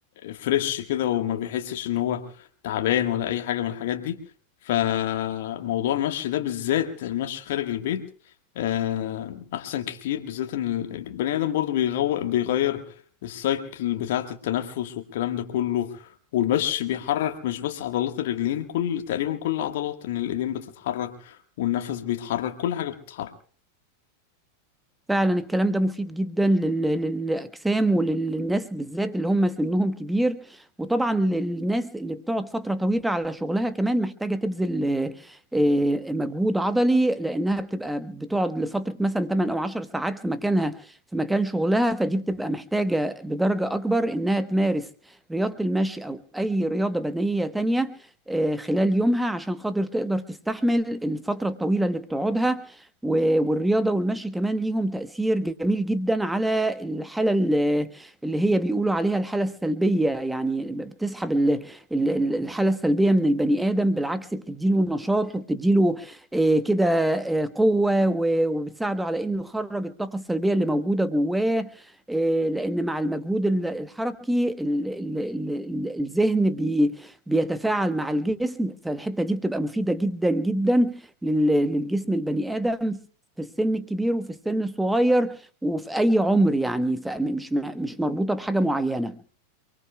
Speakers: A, on the left (about 55°); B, in the centre.
A: فريش كده وما بيحسش ان هو تعبان ولا اي حاجه من الحاجات دي فموضوع المشي ده بالذات المشي خارج البيت آه، احسن كتير بالذات ان البني ادم برضو بيغو- بيغير السايكل بتاعه التنفس والكلام ده كله والمشي بيحرك مش بس عضلات الرجلين كل تقريبا كل العضلات ان الايدين بتتحرك والنفس بيتحرك كل حاجه بتتحرك
B: فعلا الكلام ده مفيد جدا لل- للأجسام وللناس بالذات اللي هم سنهم كبير وطبعا للناس اللي بتقعد فترة طويلة على شغلها كمان محتاجة تبذل آه، آه، مجهود عضلي لأنها بتبقى بتقعد لفترة مثلا 8 أو 10 ساعات في مكانها في مكان شغلها فدي بتبقى محتاجة بدرجة أكبر إنها تمارس رياضة المشي أو أي رياضة بدنية تانية آه، خلال يومها عشان خاطر تقدر تستحمل الفترة الطويلة اللي بتقعدها و- والرياضة والمشي كمان ليهم تأثير جميل جدا على الحالة ال- اللي هي بيقولوا عليها الحالة السلبية يعني بتسحب ال- ال- ال- الحالة السلبية من البني آدم بالعكس بتديله نشاط وبتديله آه، كده آه، قوة و- وبتساعده على إنه يخرج الطاقة السلبية اللي موجودة جواه آه، لأن مع المجهود ال- الحركي ال- ال- ال- ال- الذهن بي- بيتفاعل مع الجسم فالحتة دي بتبقى مفيدة جدا جدا لل- للجسم البني آدم في السن الكبير وفي السن الصغير وفي أي عمر يعني فمش مش مربوطة بحاجة معينة